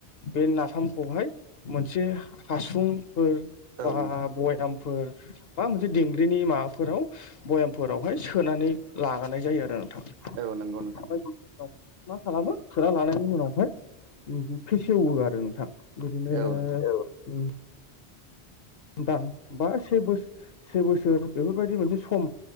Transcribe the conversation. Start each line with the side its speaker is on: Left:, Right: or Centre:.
Left: बे नाफामखौहाय मोनसे हासुंफोर बा
Right: औ नोंथां
Left: बयाम फोर बा मोनसे दिंग्रिनि माबाफोराव भयामफोरावहाय सोनानै लागानाय जायो आरो नोंथां
Right: औ नंगौ नोंथां
Left: ओमफ्राय मा खालामो फोरा लानायनि उनावहाय फेसेवो आरो नोंथां। बिदिनो
Right: औ नोंथां
Left: उम दान बा से बोस से बोसोर बेफोरबायदि मोनसे सम।